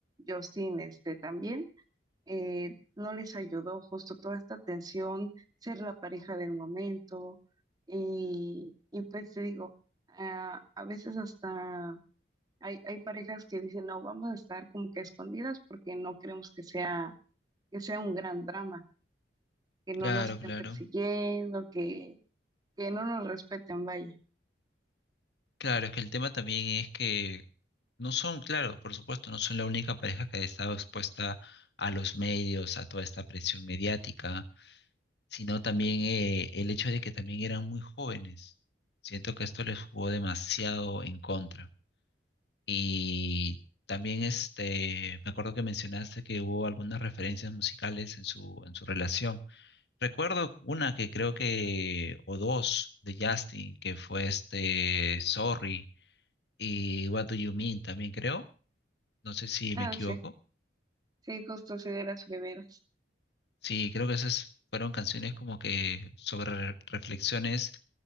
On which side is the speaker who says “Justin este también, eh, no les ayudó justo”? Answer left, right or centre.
Right